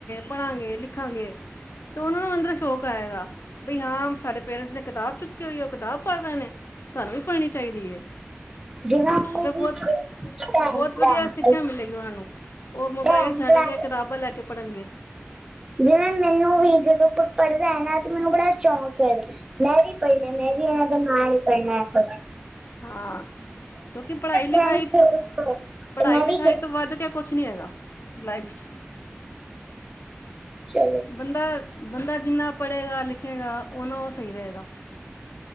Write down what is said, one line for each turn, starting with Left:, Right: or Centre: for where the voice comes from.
Left: ਪੜਾਂਗੇ ਲਿਖਾਂਗੇ। ਤਾਂ ਉਹਨਾਂ ਨੂੰ ਅੰਦਰ ਦਾ ਸ਼ੌਕ ਆਏ ਗਾ ਬਈ ਹਾਂ ਸਾਡੇ ਪੇਰੈਂਟਸ ਨੇ ਕਿਤਾਬ ਚੁੱਕੀ ਹੋਈ ਉਹ ਕਿਤਾਬ ਪੜ੍ਹ ਰਹੇ ਨੇ। ਸਾਨੂੰ ਵੀ ਪੜਨੀ ਚਾਹੀਦੀ ਐ।
Right: ਜਿਵੇਂ ਉਹਨੇ
Left: ਮ ਤਾਂ ਬਹੁਤ
Right: ਦੀ ਭੈਣ
Left: ਬਹੁਤ ਵਧੀਆ
Right: ਭਰਾ
Left: ਸਿੱਖਿਆ ਮਿਲੇਗੀ ਉਹਨਾਂ ਨੂੰ। ਉਹ ਮੋਬਾਇਲ
Right: ਭੈਣ
Left: ਛੱਡ
Right: ਭਰਾ
Left: ਕੇ ਕਿਤਾਬਾਂ ਲੈ ਕੇ ਪੜ੍ਹਨਗੇ।
Right: ਜਿਵੇਂ ਮੈਨੂੰ ਵੀ ਜਦੋਂ ਕੋਈ ਪੜਦਾ ਏ ਨਾ ਤੇ ਮੈਨੂੰ ਬੜਾ ਸ਼ੌਕ ਮੈਂਰੀ ਪ ਮੈਂਰੀ ਤੇ ਮ ਵੀ ਪ
Left: ਹਾਂ ਕਿਉਂਕਿ ਪੜ੍ਹਾਈ ਲਿਖਾਈ
Right: ਫਰੈਂਡ ਖੇਡਦੇ
Left: ਤੋਂ
Right: ਹੈ, ਤੇ
Left: ਪੜ੍ਹਾਈ
Right: ਮੈਂ
Left: ਲਿਖਾਈ
Right: ਵੀ ਖੇਡ
Left: ਤੋਂ ਵੱਧ ਕੇ ਕੁਛ ਨਹੀ ਹੈਗਾ ਲਾਈਫ ਚ।
Right: ਚਲ
Left: ਬੰਦਾ ਬੰਦਾ ਜਿੰਨਾ ਪੜ੍ਹੇਗਾ ਲਿਖੇਗਾ ਓਨਾ ਉਹ ਸਹੀ ਰਹੇਗਾ।